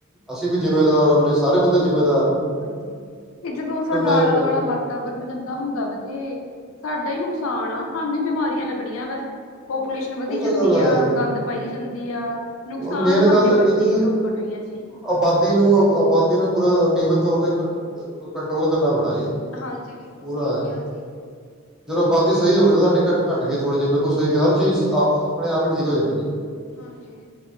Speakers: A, in the centre; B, on the left.
A: ਅਸੀਂ ਵੀ ਜਿਮੇਦਾਰ ਓਨੇ ਸਾਰੇ ਬੰਦੇ ਜਿਮੇ
B: ਹਾਂਜੀ, ਤੇ ਜਦੋਂ ਸਾਡਾ
A: ਹੀ
B: ਆਲਾ
A: ਹੋਣਾ
B: ਦੁਆਲਾ ਵਾਤਾਵਰਨ ਗੰਦਾ ਹੁੰਦਾ ਵਾ ਤੇ ਸਾਡਾ ਹੀ ਨੁਕਸਾਨ ਆ, ਹਾਨੂੰ ਹੀ ਬਿਮਾਰੀਆਂ ਲੱਗਣੀਆਂ ਵੈ। ਪਪੂਲੇਸ਼ਨ ਵਧੀ
A: ਉਹ ਤਾਂ
B: ਜਾਂਦੀ
A: ਗੱਲ ਹੈ
B: ਆ, ਗੰਦ ਪਾਈ ਜਾਂਦੀ ਆ,
A: ਜੀ।
B: ਨੁਕਸਾਨ
A: ਮੇਨ
B: ਹਾਡੇ
A: ਗੱਲ ਹੈਗੀ
B: ਵਰਗੇ
A: ਜੀ
B: ਲੋਕਾਂ ਨੂੰ ਹੀ ਆ ਜੀ।
A: ਆਬਾਦੀ ਨੂੰ, ਆਬਾਦੀ ਨੂੰ ਪੂਰਾ ਨਿਯਮਤ ਤੌਰ ਤੇ ਕੰਟਰੋਲ ਕਰਨਾ ਪੈਣਾ ਜੀ।
B: ਹਾਂਜੀ, ਬਿਲਕੁਲ
A: ਪੂਰਾ
B: ਸਹੀ ਕਿਹਾ ਜੀ।
A: ਜਦੋਂ ਆਬਾਦੀ ਸਹੀ ਹੋ ਗਈ ਨਾ ਸਾਡੀੇ, ਘੱ ਘਟ ਗਈ ਥੋੜ੍ਹੀ ਜਿਹੀ, ਬਿਲਕੁਲ ਸਹੀ ਹ ਆਪਣੇ ਆਪ ਹੀ ਠੀਕ ਹੋ ਜਾਣੀ ਜੀ।
B: ਹਾਂਜੀ।